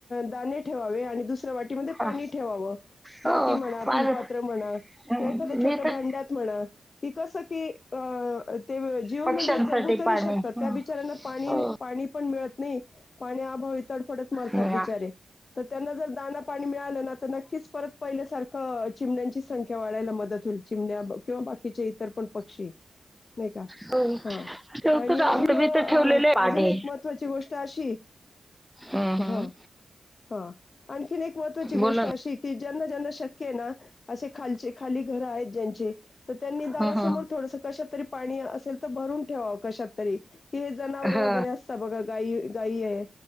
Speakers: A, on the left (about 45°); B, in the centre.
A: दाणे ठेवावे आणि दुसऱ्या वाटीमध्ये पाणी
B: हा.
A: ठेवावं. वाटी
B: हो
A: म्हणा
B: माझं
A: फुलपात्र म्हणा
B: हं,
A: किंवा एखाद्या छोट्या
B: मी तर
A: भांड्यात म्हणा. ते कसं कि अ ते जीव
B: पक्ष्यांसाठी
A: म्हणजे जगू तरी
B: पाणी
A: शकतात
B: हं,
A: त्या बिचारांना पाणी
B: हो.
A: पाणी पण मिळत नाही. पाण्या अभावी तडफडत मरतात
B: नाही,
A: बिचारे तर त्यांना जर दाना पाणी मिळालं ना तर नक्कीच परत पहिल्यासारखं चिमड्यांची संख्या वाढायला मध्ये चिमण्या किंवा बाकीच्या इतर पण पक्षी नाही का
B: हो.
A: ह
B: ठेवतो
A: आणि अजून
B: आम्ही
A: अजून
B: मी तर ठेवलेले पाणी
A: एक म महत्वाची गोष्ट अशी
B: हं, हं.
A: हा हा आणखीन एक महत्त्वाची गोष्ट
B: बोला
A: अशी
B: ना
A: की ज्यांना ज्यांना शक्य आहे ना असे खालचे खाली घरं आहेत ज्यांचे तर त्यांनी दारासमोर
B: हं, हं.
A: थोडस कशात तरी पाणी असेल तर भरून ठेवा कशात तरी कि हे जनावर
B: हं,
A: वगैरे अस आता बघा गाय गाय